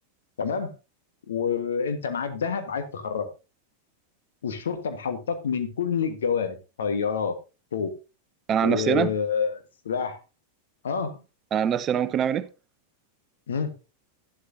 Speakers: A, on the left (about 65°); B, on the right (about 25°).
A: تمام وانت معاك ذهب عايز تخرجه والشرطه محوطاك من كل الجوانب طيارات طوق
B: انا عن
A: وسلاح
B: نفسي انا
A: اه
B: انا عن نفسي انا ممكن اعمل ايه
A: مم.